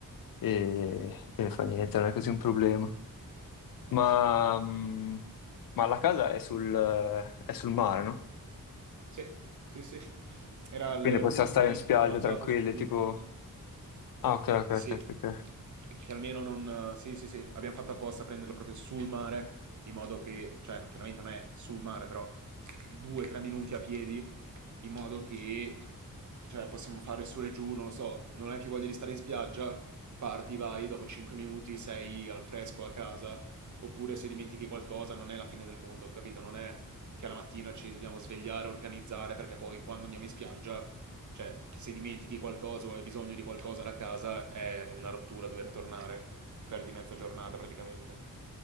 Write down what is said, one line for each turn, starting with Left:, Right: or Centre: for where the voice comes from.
Left: e, e fa niente, non è così un problema.
Right: Ma
Left: Ma,
Right: sì.
Left: mh, ma la casa è sul, è sul mare, no?
Right: Sì, sì, sì. Era l-
Left: Quindi possiamo
Right: l'ultimo
Left: stare
Right: link
Left: in spiaggia
Right: comandato
Left: tranquilli,
Right: sul gruppo.
Left: tipo... Ah, ok, ok,
Right: Sì.
Left: ok, ok. ok.
Right: E Che almeno non... Sì, sì, sì. Abbiamo fatto apposta a prenderla proprio sul mare, in modo che... Cioè, chiaramente non è sul mare, però 2-3 minuti a piedi in modo che cioè, possiamo fare su e giù, non lo so, non hai più voglia di stare in spiaggia, parti, vai, dopo 5 minuti sei al fresco a casa, oppure se dimentichi qualcosa non è la fine del mondo, capito? Non è che alla mattina ci dobbiamo svegliare, organizzare, perché poi quando andiamo in spiaggia, cioè se dimentichi qualcosa o hai bisogno di qualcosa da casa è una rottura dover tornare, che perdi mezza giornata praticamente.